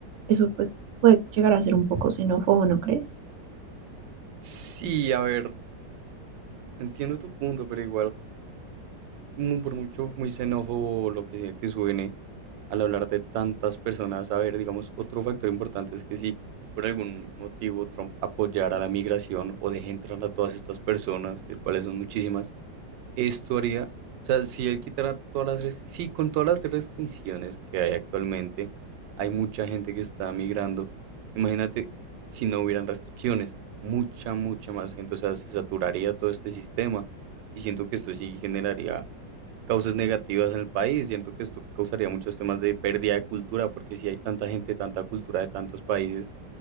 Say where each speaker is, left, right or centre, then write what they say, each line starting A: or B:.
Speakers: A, on the right; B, on the right.
A: eso pues puede llegar a ser un poco xenófobo, ¿no crees?
B: Sí, a ver, entiendo tu punto, pero igual, mm, por mucho muy xenófobo lo que sea que suene al hablar de tantas personas, a ver, digamos, otro factor importante es que si por algún motivo Trump apoyara la migración o deje entrar a todas estas personas, el cuales son muchísimas, Esto haría, o sea, si él quitara todas las, restri- sí, con todas las restricciones que hay actualmente, hay mucha gente que está migrando. Imagínate si no hubieran restricciones, mucha, mucha más gente, o sea, se saturaría todo este sistema y siento que esto sí generaría causas negativas en el país, siento que esto causaría muchos temas de pérdida de cultura, porque si hay tanta gente, tanta cultura de tantos países